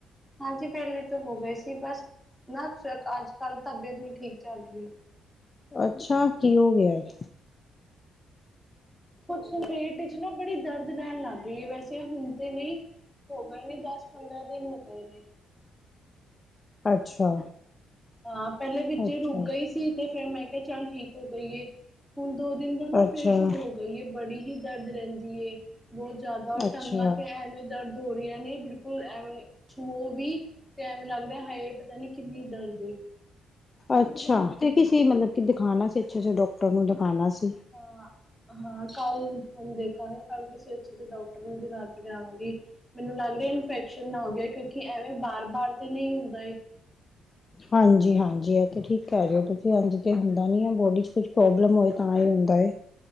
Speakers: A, in the centre; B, on the left.
A: ਹਾਂਜੀ ਵਿਹਲੇ ਤੇ ਹੋਗੇ ਸੀ ਬਸ, ਨਾ ਅੱਜ ਕੱਲ ਤਕ ਦੇਖਨੀ ਠੀਕ ਚਲ ਰਹੀ
B: ਅੱਛਾ ਕੀ ਹੋ ਗਿਆ ਹੈ
A: ਕੁਛ ਨੀ ਪੇਟ 'ਚ ਨਾ ਬੜੀ ਦਰਦ ਰਹਿਣ ਲੱਗ ਗਈ ਵੈਸੇ ਹੁਣ ਤੇ ਨਹੀਂ ਹੋ ਗਏ ਨੇ ਦਸ ਪੰਦਰਾਂ ਦਿਨ ਹੋ ਗਏ ਨੇ
B: ਅੱਛਾ
A: ਹਾਂ ਪਹਿਲੇ ਵਿੱਚ
B: ਅੱਛਾ
A: ਰੁਕ ਗਈ ਸੀ ਤੇ ਫੇਰ ਮੈਂ ਕਿਹਾ ਚੱਲ ਠੀਕ ਹੋ ਗਈ ਏ ਹੁਣ ਦੋ ਦਿਨ ਉਹ ਨਾ
B: ਅੱਛਾ
A: ਫਿਰ ਸ਼ੁਰੂ ਹੋ ਗਈ ਬੜੀ ਹੀ ਦਰਦ ਰਹਿੰਦੀ ਏ ਬਹੁਤ ਜ਼ਿਆਦਾ
B: ਅੱਛਾ
A: ਟੰਗਾ ਤੇ ਐਵੇਂ ਦਰਦ ਹੋ ਰਹੀਆਂ ਨੇ ਬਿਲਕੁਲ ਐਵੇਂ ਛੂਹੋ ਵੀ ਤੇ ਐਵੇਂ ਲੱਗ ਰਿਹਾ ਹਾਏ ਪਤਾ ਨੀ ਕਿੰਨੀ ਦਰਦ ਤੇ
B: ਅੱਛਾ ਤੇ ਕਿਸੀ ਮਤਲਬ ਦਿਖਾਉਣਾ ਸੀ ਅੱਛੇ ਜਿਹੇ ਡੋਕਟਰ ਨੂੰ ਦਿਖਾਉਣਾ ਸੀ
A: ਹਾਂ ਹ ਹਾਂ ਕਲ ਹੁਣ ਦੇਖਾਂਗੇ ਕਲ ਕਿਸੀ ਅੱਛੇ ਜਿਹੇ ਡੋਕਟਰ ਨੂੰ ਦਿਖਾ ਕੇ ਲਿਆਵਾਂਗੀ ਮੈਨੂੰ ਲੱਗ ਰਿਹਾ ਇਨਫੈਕਸ਼ਨ ਨਾ ਹੋ ਗਿਆ ਕਿਉਂਕਿ ਐਵੇਂ ਬਾਰ, ਬਾਰ ਤੇ ਨਹੀਂ ਹੁੰਦਾ ਇਹ
B: ਹਾਂਜੀ, ਹਾਂਜੀ ਐ ਤੇ ਠੀਕ ਕਹਿ ਰਹੇ ਤੁਸੀਂ ਇੰਜ ਤਾਂ ਹੁੰਦਾ ਨਹੀਂ ਹੈ ਬੋਡੀ 'ਚ ਕੁਛ ਪ੍ਰੋਬਲਮ ਹੋਏ ਤਾਂ ਹੀ ਹੁੰਦਾ ਏ